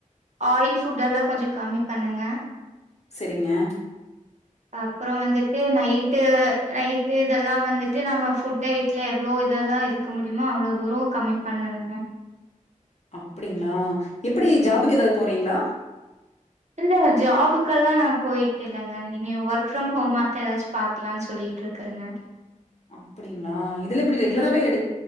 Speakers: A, on the right (about 55°); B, on the left (about 55°).
A: ஆயில் ஃபுட் எல்லா கொஞ்ச கமி பண்ணங்க
B: செரிங்க
A: அப்புற வந்துட்டு நைட்டு நைட்டு இதெல்லா வந்துட்டு நம்ம ஃபுட் ஐட்ல எவ்ளோ இதெல்லா இருக்க முடியுமோ அவ்ளோ தூர கமி பண்ணுனங்க
B: அப்படிங்களா எப்படி ஜாபுக்கு எதாது போறிங்ளா
A: இல்ல ஜாபுக்கெல்லா நா போயிட்டு இல்லங்க இனி ஒர்க் ஃப்ரம் ஹோம்மாத்த எதாச்சு பாக்கலான் சொல்லிட்ருக்கறங்க
B: அப்படிங்ளா இதுல எப்படி ரெகுலராவே எடு